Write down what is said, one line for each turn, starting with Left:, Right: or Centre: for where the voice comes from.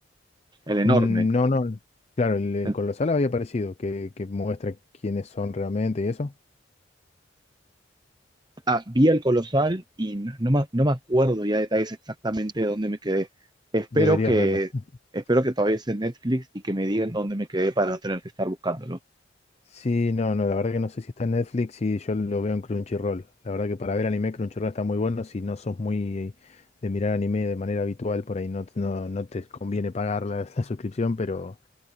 Right: el enorme.
Left: Mm, No, no, claro, el, el
Right: El-
Left: colosal había aparecido, que, que muestra quiénes son realmente y eso.
Right: ah, vi el colosal y no, no me, no me acuerdo ya detalles exactamente de dónde me quedé. Espero
Left: Deberías
Right: que,
Left: verla. <laughs>
Right: espero que todavía esté en Netflix y que me digan dónde me quedé para no tener que estar buscándolo.
Left: Sí, no, no, la verdad que no sé si está en Netflix y yo lo veo en Crunchyroll. La verdad que para ver anime Crunchyroll está muy bueno, si no sos muy de mirar anime de manera habitual, por ahí no, no, no te conviene pagar la, <laughs> la suscripción, pero